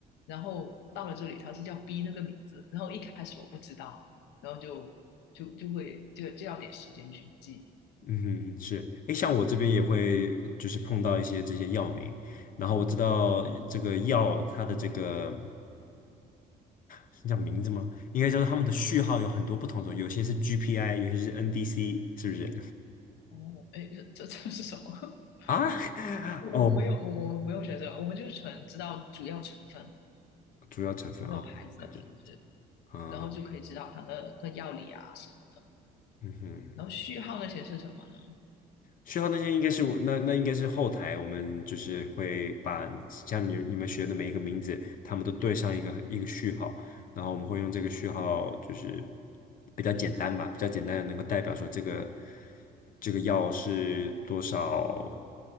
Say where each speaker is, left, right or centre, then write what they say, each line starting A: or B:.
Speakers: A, on the left; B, on the left.
A: 然后到了这里它是叫 B 那个名字，然后一开始我不知道，然后就就就会就就要点时间去记。
B: 嗯哼是。哎，像我这边也会就是碰到一些这些药名，然后我知道这个药它的这个
A: 嗯
B: 是叫名字吗？应该叫做他们的序号有很多不同种，有些是 GPI，有些是 NDC，是不是？
A: 哦，哎，这这这是什么？
B: 啊，
A: <laughs> 我我没有，
B: <laughs> 哦，
A: 我我们不用学这个，我们就是纯知道主要成分，
B: 主要成分啊，
A: 还有牌子的名字，
B: 那就啊，
A: 然后就可以知道它的个药理啊什么的，
B: 嗯哼，
A: 然后序号那些是什么呢？
B: 需要那些应该是那那应该是后台，我们就是会把下面你们学的每一个名字，他们都对上一个一个序号，然后我们会用这个序号，
A: 哦
B: 就是比较简单吧，比较简单的能够代表说这个这个药是多少，